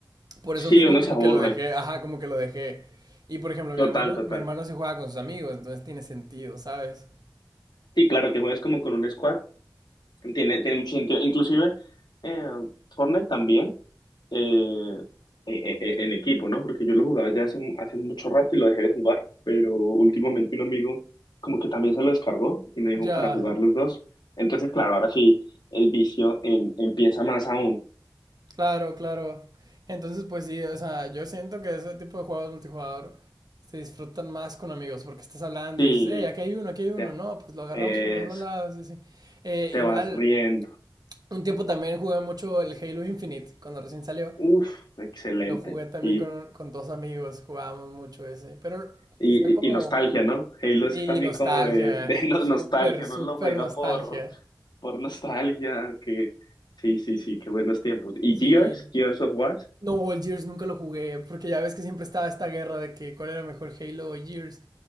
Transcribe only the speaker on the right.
por
eso mismo
como
que lo dejé, ajá, como que lo dejé. Y por ejemplo,
mi hermano,
mi hermano sí jugaba con sus amigos, entonces tiene sentido, ¿sabes?
Ya,
claro, claro. Entonces, pues sí, o sea, yo siento que ese tipo de juegos multijugador se disfrutan más con amigos porque estás hablando
y dices, hey, aquí hay uno, aquí hay uno,
no, pues lo agarramos
por los dos lados, y así. Eh,
igual,
un tiempo también jugué mucho el Halo Infinite cuando recién salió
Lo jugué también
con, con dos amigos, jugábamos mucho ese, pero
fue como,
sí,
nostalgia,
súper,
súper
nostalgia.
Sí,
no, o el Gears nunca lo jugué, porque ya ves que siempre estaba esta guerra de que cuál era mejor Halo o Gears,